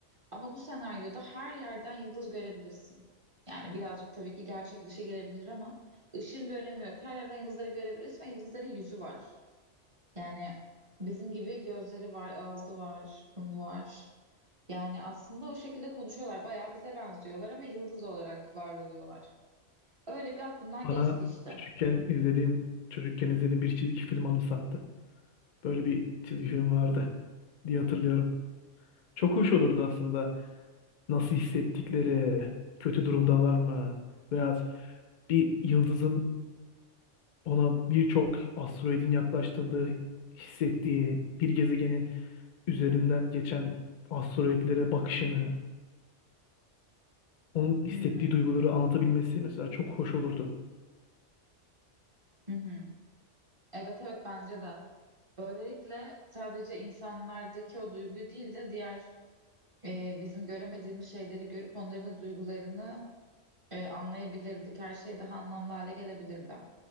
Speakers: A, on the right; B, on the left.
A: Ama bu senaryoda her yerden yıldız görebilirsin. Yani birazcık tabii ki gerçek dışı gelebilir ama ışığın bir önemi yok. Her yerden yıldızları görebilirsin ve yıldızların yüzü var. Yani bizim gibi gözleri var, ağzı var, burnu var. Yani aslında o şekilde konuşuyorlar. Bayağı bize benziyorlar ama yıldız olarak var oluyorlar. Öyle bir aklımdan
B: bana
A: geçti işte.
B: küçükken izlediğim, çocukken izlediğim bir çizgi film anımsattı. Böyle bir çizgi film vardı diye hatırlıyorum. Çok hoş olurdu aslında. nasıl hissettikleri, kötü durumdalar mı veyahut bir yıldızın ona birçok asteroidin yaklaştığında hissettiği bir gezegenin üzerinden geçen asteroidlere bakışını, onun hissettiği
A: Hmm.
B: duyguları anlatabilmesi mesela çok hoş olurdu.
A: Hı hı. Evet evet bence de. Böylelikle sadece insanlardaki o duygu değil de diğer e, bizim göremediğimiz şeyleri görüp onların da duygularını e, anlayabilirdik. Her şey daha anlamlı hale gelebilirdi.